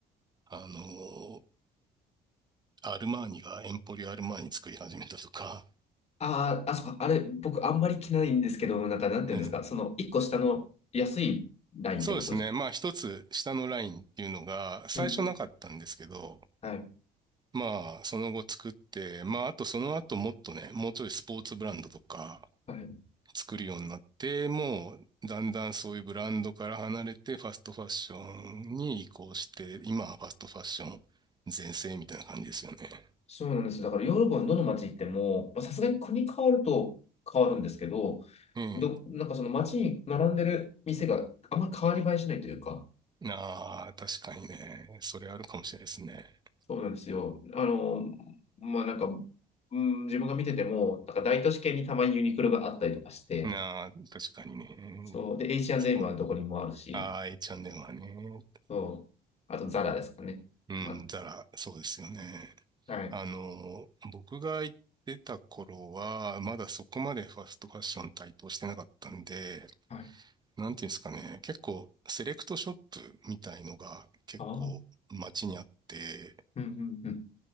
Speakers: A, on the right (about 25°); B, on the left (about 40°).
A: あの、アルマーニがエンポリオアルマーニ作り始めたとか、
B: ああ、あそこ、あれ、僕あんまり着ないんですけど、なんか、なんていうんですか、
A: えー
B: その、一個下の安いラインってことですか
A: そうですね。まあ、一つ下のラインっていうのが最初なかったんですけど、
B: うんうん。はい、
A: まあ、その後作って、まあ、あとその後もっとね、もうちょいスポーツブランドとか、
B: はい。
A: 作るようになって、もうだんだんそういうブランドから離れてファストファッションに移行して、今はファストファッション全盛みたいな感じですよね。
B: そうなんです。だからヨーロッパのどの街行っても、まあさすがに国変わると変わるんですけど、
A: うん。
B: ど、なんかその街に並んでる店があんまり変わり映えしないというか、
A: なあ、確かにね。それあるかもしれないですね。
B: そうなんですよ。あの、まあなんか、うん、自分が見てても、なんか大都市圏にたまにユニクロがあったりとかして、
A: なあ、確かにね。
B: そう。で、H&M
A: そう。
B: はどこにもあるし、
A: ああ、H&M はね。
B: そう。あとザラですかね。
A: うん、
B: あ、
A: ザラ、そうですよね。
B: はい。
A: あの、僕が行ってた頃は、まだそこまでファストファッション台頭してなかったんで、
B: はい。
A: なんていうんですかね、結構セレクトショップみたいのが結構街にあって、
B: ああ。うんうんうん。